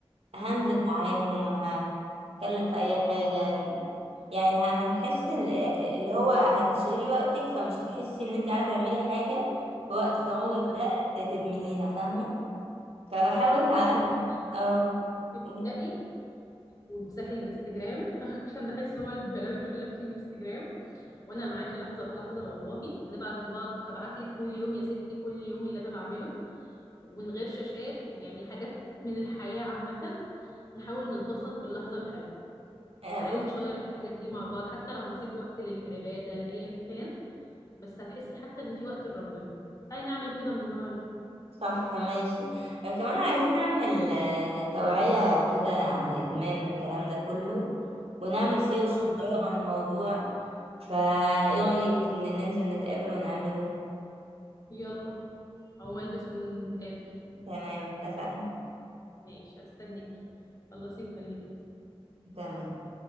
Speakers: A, on the right (about 75°); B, on the left (about 35°).
A: هنزل
B: امم
A: معاهم ه- هنتكلم في اي حاجة هن- يعني ه- هنحس ال- اللي هو هتشغلي وقتك فمش هتحسي ان انت عايزة تعملي حاجة في وقت فراغك
B: بالظبط
A: ده ت- تدمنيها فاهمة فبحاول
B: بصي
A: على قد
B: يعني
A: اه
B: ابدأي
A: قولي.
B: وامسحي الانستجرام <laughs> عشان بحس هو البلاوي كلها بتيجي من الانستجرام وانا معاكي لحظه بلحظه والله هنبعت لبعض هبعت لك كل يوم يا ستي كل يوم اللي انا بعمله ومن غير شاشات ويعني حاجات من الحياه عامه نحاول نتبسط باللحظه الحلوه
A: آه،
B: تعالي
A: بص
B: نشير الحاجات دي مع بعض حتى لو هنسيب وقت للعباده لايا كان بس هتحسي حتى ان في وقت لربنا تعالي نعمل كده من النهارده
A: صح ماشي آه، كمان عايزين نعمل آه، توعية كده عن الإدمان والكلام ده كله ونعمل سيرة
B: موافقه
A: صغيرة عن الموضوع فايه رأيك ن- ننزل نتقابل ونعمله
B: يلا او ملبس ونتقابل
A: تمام اتفقنا
B: ماشي استنيكي خلصي وكلميني
A: تمام